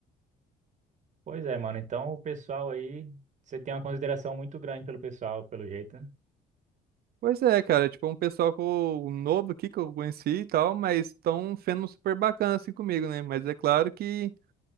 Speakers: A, on the right; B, on the right.
A: Pois é, mano. Então o pessoal aí, você tem uma consideração muito grande pelo pessoal, pelo jeito, né?
B: Pois é, cara, tipo, um pessoal que eu- um novo aqui que eu conheci e tal, mas estão sendo super bacana assim comigo, né? Mas é claro que